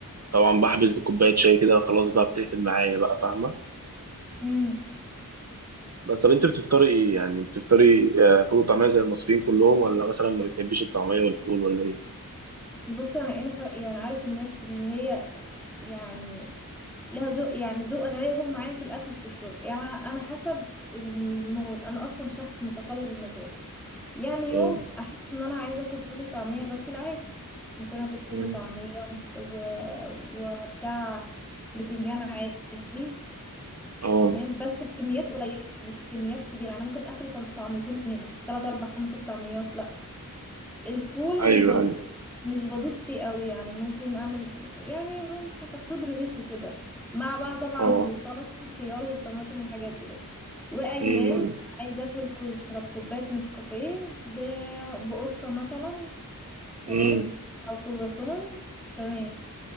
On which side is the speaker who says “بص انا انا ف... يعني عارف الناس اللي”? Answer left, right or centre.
Centre